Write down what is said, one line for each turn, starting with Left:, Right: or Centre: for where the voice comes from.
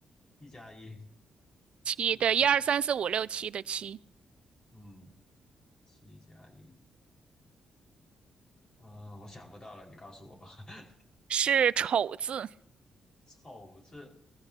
Left: ，t 加一，
Right: 七，
Left: 那
Right: 对，一二三四五六七的七
Left: 嗯，七加一，啊、我想不到了，你告诉我吧。<laughs>
Right: 是丑字。
Left: 丑字